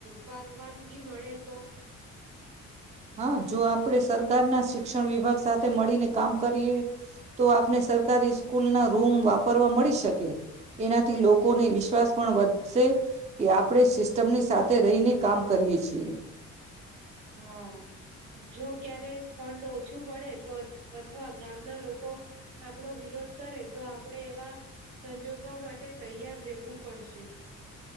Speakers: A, on the right (about 85°); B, on the right (about 25°).
A: પરવાનગી મળે તો
B: હા જો આપણે સરકારના શિક્ શિક્ષણ વિભાગ સાથે મળીને કામ કરીએ તો આપને સરકારી સ્કૂલ ના રૂમ વાપરવા મળી શકે એનાથી લોકોને વિશ્વાસ પણ વધ કે આપણે સિસ્ટમની સાથે રહીને. કામ કરીએ છીએ
A: હા જો ક્યારેક ફંડ ઓછું પડે તો અથવા ગામના લોકો આપડો વિરોધ કરે તો આપડે એવા સંજોગો માટે તૈયાર રહેવું પડશે.